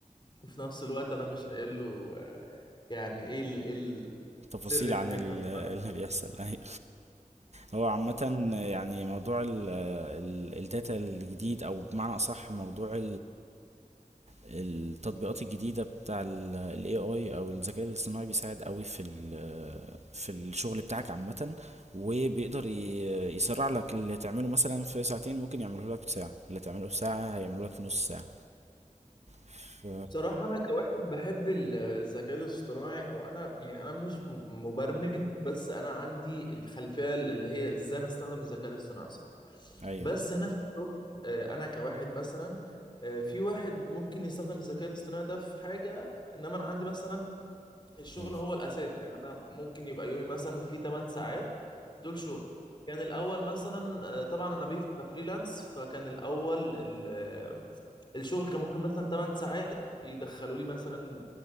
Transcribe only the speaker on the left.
وفي نفس الوقت أنا مش قايل له آه، يعني إيه ال إيه ال-
سر المهنة
بصراحة أنا كواحد بحب ال- الذكاء الاصطناعي أو أنا يعني أنا مش م- مبرمج بس أنا عندي الخلفية اللي هي إزاي نستخدم الذكاء الاصطناعي صح
بس هنا في الشغل آه، أنا كواحد مثلا آه، في واحد ممكن يستخدم الذكاء الاصطناعي ده في حاجة إنما أنا عندي مثلا الشغل
هو الأساس يعني أنا ممكن يبقى يومي مثلا فيه 8 ساعات دول شغل كان الأول مثلا آه، طبعا أنا بيف- بفريلانس فكان الأول ال- آه، الشغل كان ممكن مثلا 8 ساعات يدخلوا لي مثلا